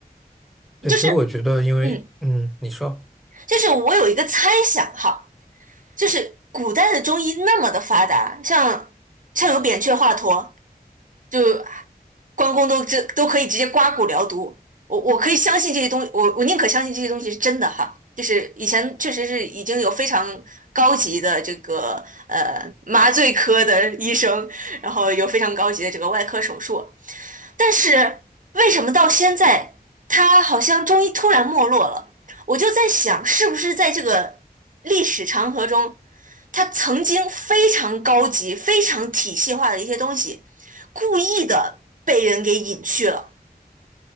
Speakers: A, in the centre; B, on the right.
A: 对，
B: 就是，
A: 所以我觉得，因为嗯，
B: 嗯，
A: 你说，
B: 就是我有一个猜想哈，就是古代的中医那么的发达，像像有扁鹊、华佗，就关公都这都可以直接刮骨疗毒，我我可以相信这些东西，我我宁可相信这些东西是真的哈。就是以前确实是已经有非常高级的这个呃麻醉科的医生，然后有非常高级的这个外科手术，但是为什么到现在他好像中医突然没落了？我就在想，是不是在这个历史长河中，他曾经非常高级、非常体系化的一些东西。故意的被人给隐去了。